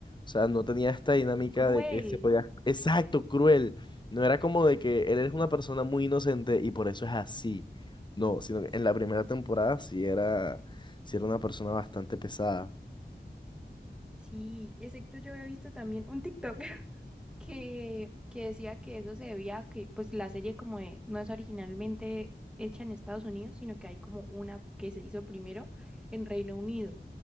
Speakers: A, on the left (about 25°); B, in the centre.
A: O sea, no tenía esta dinámica
B: Y cruel.
A: de que se podía... Exacto, cruel. No era como de que él es una persona muy inocente y por eso es así. No, sino que en la primera temporada sí era, sí era una persona bastante pesada.
B: Sí, excepto yo había visto también un TikTok <laughs> que, que decía que eso se debía a que pues la serie como de- no es originalmente hecha en Estados Unidos, sino que hay como una que se hizo primero en Reino Unido.